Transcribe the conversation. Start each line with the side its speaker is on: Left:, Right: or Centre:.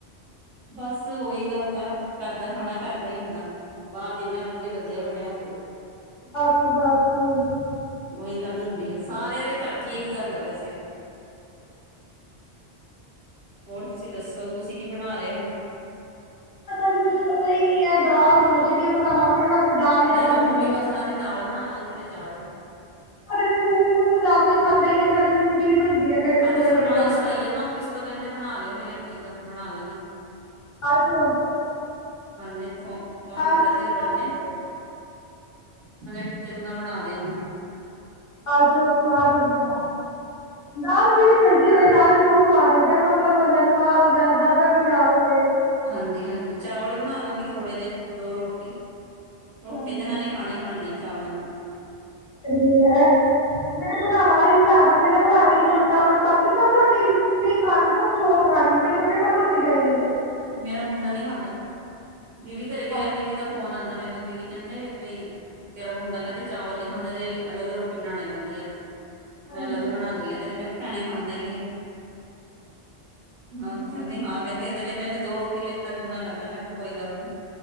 Right: ਬਸ ਉ ਓਹੀ ਗੱਲ ਆ ਘਰ ਦਾ ਖਾਣਾ ਘਰ ਦਾ ਹੀ ਹੁੰਦਾ। ਬਾਹਰ ਜਿੰਨਾ ਮਰਜੀ ਵਧੀਆ ਬਣਿਆ ਹੋਵੇ
Left: ਬਸ ਬਸ ਸਾਡਾ
Right: ਉਹੀ ਗੱਲ ਲੋ ਆ ਸਾਰਿਆਂ ਦੇ ਘਰ ਦੀ ਇਹੀ ਗੱਲ ਆ ਵੈਸੇ। ਹੋਰ ਤੁਸੀਂ ਦੱਸੋ ਤੁਸੀਂ ਕੀ ਬਣਾ ਰਹੇ ਹੁਣ
Left: ਜੀ ਕੁਛ ਪਤਾ ਹੀ ਨਹੀਂ ਹੈ ਦਾਲ ਸੋਚਣੀਏ ਬਣਾਵਾਂ <unintelligible> ਜ਼ਿਆਦਾ
Right: ਮੈਂ ਤਾਂ ਮੂੰਗੀ
Left: ਬਣਦੀ ਹੈ
Right: ਮਸਰਾਂ ਦੀ ਦਾਲ ਬਣਾਵਾਂਗੀ ਤੇ ਚਾਵਲ।
Left: ਸਾਡੇ ਤੇ ਮੂੰਗੀ ਮੂਸਰ ਦਾਲ ਕੋਈ ਖਾਂਦਾ ਹੀ ਨਹੀਂ ਹੈ ਖਾਲੀ ਮੂੰਗੀ ਦੀ ਬਣਦੀ ਹੈ ਮੇਰੇ ਸਹੁਰੇ
Right: ਅੱਜ ਫ਼ਰਮਾਇਸ਼
Left: ਪਰਿਵਾਰ ਚ
Right: ਆਈ ਹੈ ਨਾ ਫਿਸ ਤੋਂ ਕਹਿੰਦੇ ਬਣਾ ਲਿਓ ਮੈਂ ਕਯਾ ਠੀਕ ਆ ਬਣਾ ਲਾਂਗੇ।
Left: ਕੱਲ ਚਣ
Right: ਹਾਂਜੀ ਇਕ ਫੋ ਫੋਨ
Left: ਦਾਲ
Right: ਕੀਤਾ
Left: ਚੋਂ
Right: ਸੀ
Left: ਸਆਦ
Right: ਹਸਬੈਂਡ ਨੇ
Left: ਲੱਗਦੇ ਐ।
Right: ਮੈਂ ਕਿਹਾ ਚੰਗਾ ਬਣਾ ਦਿਆਂਗੇ।
Left: ਅੱਜ ਉਹ ਸਵਾਦ ਲੱਗਦੀ ਆ। ਦਾਲ ਚ ਜਿਹੜੀ ਮਰਜ਼ੀ ਹੋਵੇ ਨਾਲਾਲ ਚ ਉਹ ਸਵਾਦ ਲੱਗਦਾ ਮਸਰ ਹੋ ਜਾਣ ਮਾਂਹ ਹੋ ਜਾਣ ਹਰ ਦਰ ਦੀ ਦਾਲ ਹੋ ਜਾਵੇ
Right: ਹਾਂਜੀ ਹਾਂਜੀ ਚਾਵਲ ਬਣਾ ਲਾਂਗੀ ਥੋੜੇ ਜਿਹੇ ਦੋ ਰੋਟੀ।
Left: ਹਾਂਜੀ
Right: ਰੋਟੀ ਤੇ ਇਹਨਾਂ ਨੇ ਖਾਣੀ ਖਾਣੀ ਆ। ਚਾਵਲਾਂ ਨਾਲ।
Left: ਰਹੀ ਹੈ ਮੇਰੇ ਭਰਾਵਾਂ ਦਾ ਹੀ ਹਿਸਾਬ ਹੈ ਮੇਰਾ ਭਰਾ ਵੀ ਛੋਟਾ ਬਾਕੀ ਸਭ ਰੋਟੀ ਨਹੀਂ ਖਾਣਗੇ ਸਭ ਚੋਲ ਖਾਣਗੇ ਮੈ ਛੋਟੇ ਭੈਣ ਨੂੰ ਰੋਟੀ ਚਾਹੀਦੀ ਹੈ।
Right: ਮੇਰਾ ਮੁੰਡਾ ਨਹੀਂ ਖਾਂਦਾ ਦੀਦੀ ਘਰੇ ਗਿਆ
Left: ਹਾਂ
Right: ਹੋਇਆ ਦੀਦੀ ਦਾ ਫੋਨ ਆਉਂਦਾ। ਮੈਨੂੰ ਦੀਦੀ ਕਹਿੰਦੇ ਬਈ ਤੇਰਾ ਮੁੰਡਾ ਕਹਿੰਦੇ ਚਾਵਲ ਨੀ ਖਾਂਦਾ ਤੇ ਅਲੱਗ ਰੋਟੀ ਬਣਾਉਣੀ ਪੈਂਦੀ ਆ
Left: ਹਾਂਜੀ
Right: ਮੈਂ ਅਲੱਗ ਬਣਾਉਾਨਦੀ ਹਾਂ ਤੇ ਮੈਂ ਭੈਣੇ ਖਾਂਦਾ ਹੀਈ ਇਹ ਹਾਂ ਕਹਿੰਦੀ ਹਾਂ ਕਹਿੰਦੀ ਇਹਦੇ ਲਈ ਮੈਨੂੰ ਦੋ ਰੋਟੀ ਲਯੀ ਆਟਾ ਗੁੰਨਣਾ ਪੈਂਦਾ ਮੈਂ ਕਿਹਾ ਕੋਈ ਗੱਲ ਨੀ।